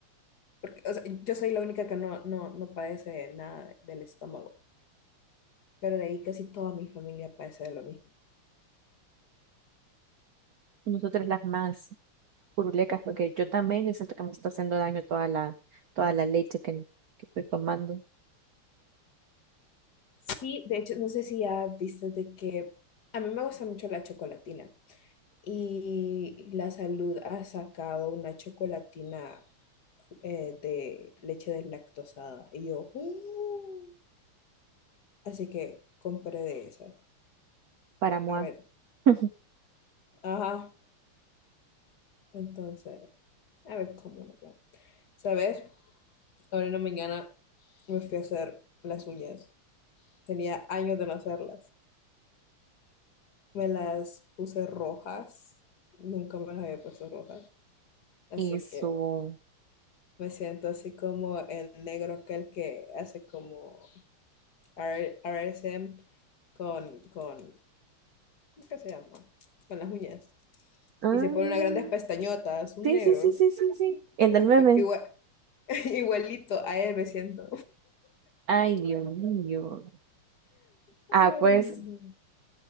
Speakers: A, on the left (about 55°); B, on the right (about 70°).
A: Porque, o sea, yo soy la única que no, no, no padece nada del estómago. pero de ahí casi toda mi familia padece de lo mismo.
B: Nosotros las más. Purulecas, porque yo también yo siento que me está haciendo daño toda la, toda la leche que, que estoy tomando
A: Sí, de hecho, no sé si ya viste de que a mí me gusta mucho la chocolatina y la salud ha sacado una chocolatina eh, de leche deslactosada y yo, "Uh". así que compré de esas.
B: para moar.
A: A ver,
B: <laughs>
A: ajá, entonces, a ver cómo nos va. ¿Sabes? Ahora en la mañana me fui a hacer las uñas. Tenía años de no hacerlas. Me las puse rojas, nunca me las había puesto rojas, así
B: Y su...
A: que me siento así como el negro aquel que hace como R- RSM con, con, ¿qué se llama? Con las uñas.
B: Ah,
A: Y se pone unas grandes pestañotas, un
B: sí,
A: negro,
B: sí, sí, sí, sí, sí. El del
A: Ah,
B: meme.
A: pe- igual- <laughs> igualito a él me siento.
B: Ay, Dios mío.
A: Ay,
B: Ah, pues,
A: no.